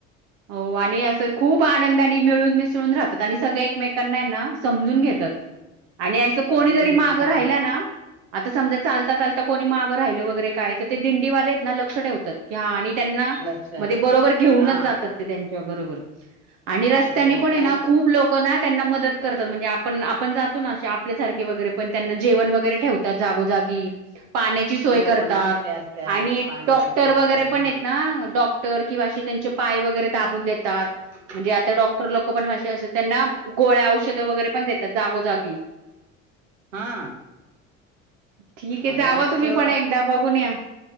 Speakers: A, on the right; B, on the right.
A: हो आणि असं खूप खूप आनंदाने मिळून मिसळून राहतात आणि सगळे एकमेकांना ना समजून घेतात आणि सं कोणी
B: समजून
A: जरी मागं
B: हा
A: राहिला ना आता समजा चालता चालता कोणी मागं राहिल वगैरे काय तर दंडिवलै ना लक्ष ठेवतात की आणि त्यांना
B: लक्ष
A: म ते बरोबर घेऊनच
B: हा
A: जातात ते बरोबर आणि रस्त्यांनी
B: हो
A: पणआहे
B: काय
A: ना खूप लोक ना त्यांना मदत करतात म्हणजे आप पण आपण जातो नाे आपल्यासारखे वगैरे पण त्यांना जेवण वगैरे ठेवतात जागोजागी पाण्याची सोय
B: हो
A: करतात
B: नाश्ते असतात
A: आणि
B: पाण्याची
A: डॉक्टर
B: सोय
A: वगैरे पण
B: हा
A: हेत ना डॉ क्टर किंवा असे त्यांचे पाय वगैरे दाबून देत
B: ह्
A: म्हणजे आता डॉक्टर लोकं पण अशे असतात त्यांना गोळ्या औषधं वगैरे पण देतात जागोजागी
B: हा
A: ठीक आहे
B: अरे
A: जावा
B: वा
A: तुम्ही
B: तेव्हा
A: पण एकदा बघून या